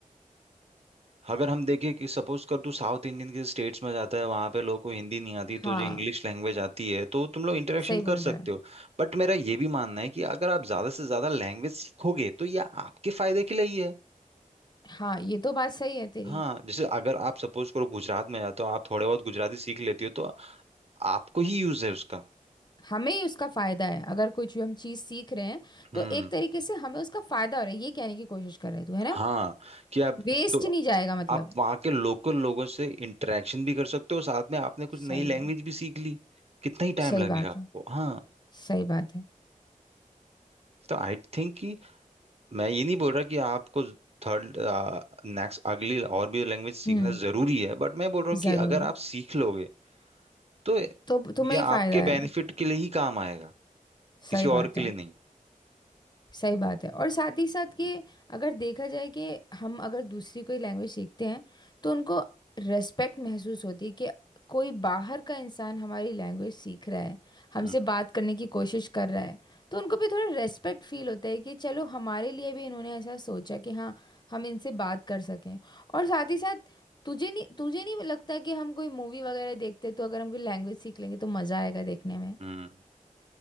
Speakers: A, on the right; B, on the left.
A: अगर हम देखें कि सपोज कर तू साउथ इंडियन के स्टेट्स में जाता है वहां पे लोगों को हिंदी नहीं आती
B: हाँ
A: तुझे इंग्लिश लैंग्वेज आती है तो तुम लोग इंटरेक्शन
B: सही बोल
A: कर
B: रहा
A: सकते
B: है
A: हो बट मेरा ये भी मानना है कि अगर आप ज्यादा से ज्यादा लैंग्वेज सीखोगे तो ये आपके फायदे के लिए ही है
B: हाँ ये तो बात सही है तेरी
A: हाँ जैसे अगर आप सपोज करो गुजरात में जाते हो आप थोड़े बहुत गुजराती सीख लेती हो तो आपको ही यूज है उसका
B: हमें ही उसका फायदा है अगर कुछ भी हम चीज सीख रहे हैं
A: हम्म
B: तो एक तरीके से हमें उसका फायदा हो रहा है ये कहने की कोशिश कर रहे है तू है ना
A: हाँ कि आप
B: वेस्ट
A: तो
B: नहीं जाएगा मतलब
A: आप वहाँ के लोकल लोगों से इंटरेक्शन भी कर सकते हो साथ में आपने कुछ
B: सही
A: नई लैंग्वेज
B: है
A: भी सीख ली कितना ही टाइम
B: सही
A: लगेगा
B: बात
A: आपको
B: है
A: हाँ
B: सही बात है
A: तो आई थिंक मैं ये नहीं बोल रहा कि आपको थर्ड नेक्स्ट अगली और भी लैंग्वेज सीखना
B: हम्म
A: जरूरी है बट मैं बोल रहा हूँ
B: जरूरी
A: कि अगर आप सीख लोगे तो ये
B: तो तुम्हें ही
A: आपके
B: फायदा है
A: बेनिफिट के लिए ही काम आएगा
B: सही
A: किसी
B: बात
A: और के
B: है
A: लिए नहीं
B: सही बात है और साथ ही साथ
A: हम्म
B: कि अगर देखा जाए कि हम अगर दूसरी कोई लैंग्वेज सीखते हैं तो उनको रेस्पेक्ट महसूस होती है कि कोई बाहर का इंसान हमारी लैंग्वेज सीख रहा है हमसे
A: हम्म,
B: बात करने की कोशिश कर रहा है तो उनको भी थोड़ा रेस्पेक्ट फील होता है कि चलो हमारे लिए भी इन्होंने ऐसा सोचा कि हाँ हम इनसे बात कर सकें और साथ ही साथ तुझे नहीं तुझे नहीं लगता कि हम कोई मूवी वगैरह देखते तो अगर हम कोई लैंग्वेज सीख लेंगे तो मज़ा आएगा देखने में
A: हम्म।